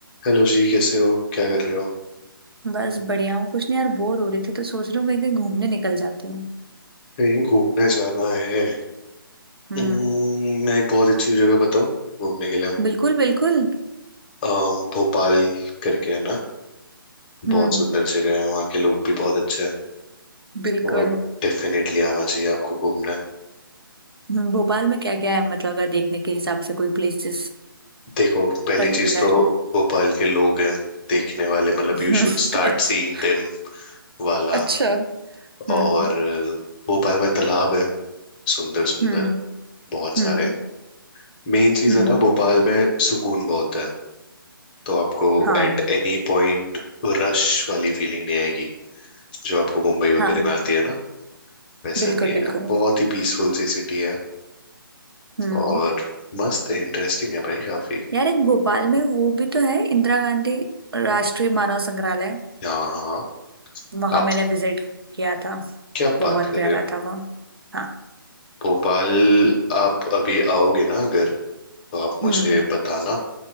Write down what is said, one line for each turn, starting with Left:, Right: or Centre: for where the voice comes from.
Left: Hello जी कैसे हो क्या कर रहे हो
Right: बस बढ़िया हूँ कुछ नहीं यार बोर हो रही थी तो सोच रही हूँ कहीं कहीं घूमने निकल जाती हूँ
Left: कहीं घूमने जाना है
Right: हम्म
Left: हम्म, मैं एक बहुत अच्छी जगह बताऊं घूमने के लिए
Right: बिल्कुल बिल्कुल
Left: अम, भोपाल करके है ना
Right: हम्म
Left: बहुत सुंदर जगह है वहाँ के लोग भी बहुत अच्छे हैं
Right: बिल्कुल
Left: और डेफिनेटली आना चाहिए आपको घूमने
Right: हम्म, भोपाल में क्या क्या है मतलब अगर देखने के हिसाब से कोई प्लेसेस
Left: देखो पहली
Right: पर्टिकुलर
Left: चीज तो भोपाल के लोग हैं देखने वाले मतलब
Right: <laughs>
Left: you should start seeing them वाला
Right: अच्छा हम्म
Left: और अ, भोपाल में तालाब है सुंदर सुंदर
Right: हम्म
Left: बहुत सारे
Right: हम्म
Left: मेन चीज
Right: हम्म
Left: है ना भोपाल में सुकून बहुत है तो आपको
Right: हाँ
Left: एट एनी पॉइंट रश वाली फीलिंग नहीं आएगी जो आपको मुंबई वगैरह
Right: हाँ
Left: में आती है ना वैसा
Right: बिल्कुल
Left: नहीं है
Right: बिल्कुल
Left: बहुत ही पीसफुल सी सिटी है
Right: हम्म
Left: और मस्त है इंटरेस्टिंग है भाई काफी
Right: यार एक भोपाल में वो भी तो है इंदिरा गांधी राष्ट्रीय मानव संग्रहालय
Left: हाँ हाँ
Right: वहां
Left: आप
Right: मैंने विजिट किया था
Left: क्या
Right: बहुत
Left: बात कर
Right: प्यारा
Left: रहे हो
Right: था वो हाँ
Left: भोपाल आप अभी आओगे ना अगर तो आप मुझे
Right: हम्म
Left: बताना